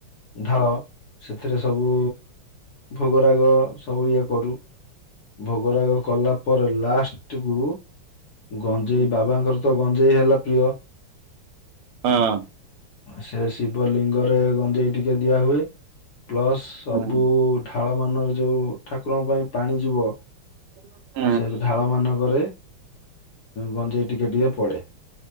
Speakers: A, on the left (about 65°); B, on the right (about 80°).
A: ଢାଳ ସେଥିରେ ସବୁ ଭୋଗରାଗ ସବୁ ଇଏ କରୁ। ଭୋଗରାଗ କଲା ପରେ ଲାଷ୍ଟକୁୁ ଗଞ୍ଜେଇ
B: ହୁଁ।
A: ବାବାଙ୍କର ତ ଗଞ୍ଜେଇ ହେଲା ପ୍ରିୟ।
B: ହଁ।
A: ସେ ଶିବ ଲିଙ୍ଗରେ ଗଞ୍ଜେଇ ଟିକେ ଦିଆ ହୁଏ। ପ୍ଲସ୍ ସବୁ
B: ହଁ ହୁଁ
A: ଢାଳମାନରେ ଯଉ ଠାକୁରଙ୍କ ପାଇଁ ପାଣି ଯିବ।
B: <unintelligible>
A: ସେ ଢାଳ ମାନଙ୍କରେ ଗଞ୍ଜେଇ ଟିକେ ଟିକେ ପଡ଼େ